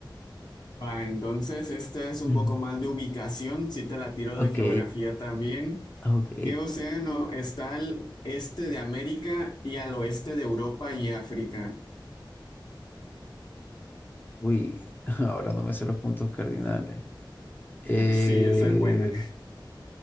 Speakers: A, on the left; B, on the left.
A: Va, entonces, esta es
B: <laughs>
A: un poco más de ubicación, si te la tiro
B: Ok,
A: de geografía también.
B: ok.
A: ¿Qué océano está al este de América y al oeste de Europa y África?
B: Uy, <laughs> ahora no me sé los puntos cardinales. Eh,
A: <laughs> Sí, esa es buena.